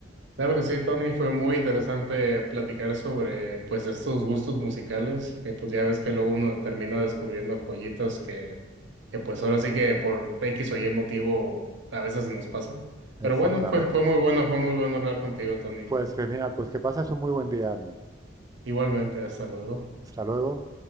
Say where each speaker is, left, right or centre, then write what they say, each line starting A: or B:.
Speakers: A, on the right; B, on the right.
A: Claro que sí, Tony, fue muy interesante platicar sobre pues estos gustos musicales, que pues ya ves que luego uno termina descubriendo joyitas que, que pues ahora sí que por X o Y motivo a veces nos pasa. Pero
B: Exactamente.
A: bueno, fue, fue muy bueno, fue muy bueno hablar contigo, Tony.
B: Pues genial, pues que pases un muy buen día, Arnold.
A: Igualmente, hasta luego.
B: Hasta luego.